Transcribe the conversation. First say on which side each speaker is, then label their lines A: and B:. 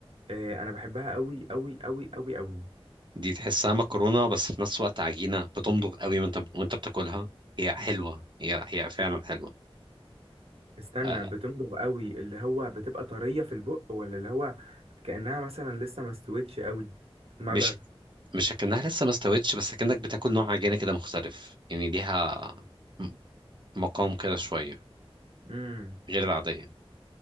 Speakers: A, on the right; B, on the right.
A: آه، أنا بحبها أوي أوي أوي أوي أوي
B: دي تحسها مكرونة بس في نفس الوقت عجينة بتمضغ قوي وانت وانت بتاكلها هي حلوة هي هي فعلا حلوة
A: استنى
B: آه،
A: بتنضغ أوي اللي هو بتبقى طرية في البق ولا اللي هو كأنها مثلا لسه ما استوتش أوي تتمضغ
B: مش مش اكنها لسه ما استوتش بس اكنك بتاكل نوع عجينة كده مختلف يعني ليها م- مقام كده شوية
A: امم
B: غير العادية